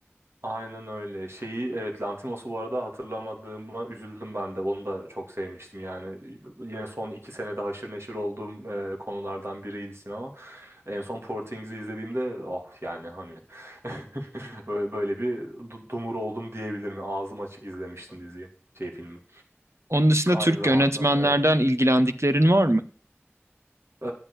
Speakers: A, on the right (about 70°); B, on the right (about 85°).
A: Aynen öyle. Şeyi evet Lantimos'u bu arada hatırlamadığıma üzüldüm ben de. Onu da çok sevmiştim yani. Yine son iki senede haşır neşir olduğum e, konulardan biriydi sinema. En son Portings'i izlediğimde oh yani hani <laughs> böyle, böyle bir du- dumur oldum diyebilirim. Ağzım açık izlemiştim diziyi. Şey filmi.
B: Onun dışında
A: Aynı
B: Türk
A: zamanda
B: yönetmenlerden
A: evet.
B: ilgilendiklerin var mı?
A: Ee,